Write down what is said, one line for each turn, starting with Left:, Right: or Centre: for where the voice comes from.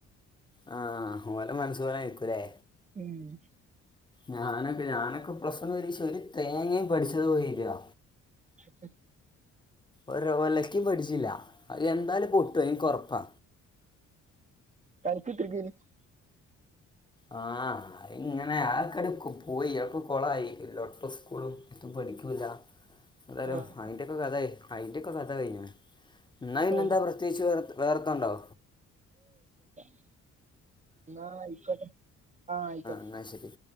Left: ആ മോന്റെ മനസ്സുപോലെ ആയിരിക്കുമല്ലേ
Right: ഉം <inaudible>
Left: ഞാനൊക്ക ഞാനൊക്കെ പ്ലസ് വൺ പരീക്ഷയിൽ ഒരു തേങ്ങയും പഠിച്ചത് പോലുമില്ല
Right: അ <unintelligible>
Left: ഒരു ഒലക്കും പഠിച്ചില്ല അത് എന്തായാലും പൊട്ടു അത് എനിക്ക് ഉറപ്പാ
Right: കഴിച്ചിത്രർഗീ <unintelligible>
Left: ആ അ ഇങ്ങനെ ആൾക്കാര് പോയി അപ്പോ കൊളായി ലോട്ട സ്കൂളും ഒട്ടും പഠിക്കൂല്ല എന്തായാലും
Right: ആഹ്
Left: അതിന്റെയൊക്കെ കഥയേ അതിന്റെ ഒക്കെ കഥ കഴിഞ്ഞ എന്ന ഇന്നെന്താ
Right: ഓ
Left: പ്രത്യേകിച്ച് വേ വേറെത്തണ്ടോ
Right: ഉ <inaudible> എന്നാ ആയിക്കോട്ടേ ആ ആയിക്കോട്ടേ
Left: എന്നാൽ ശരി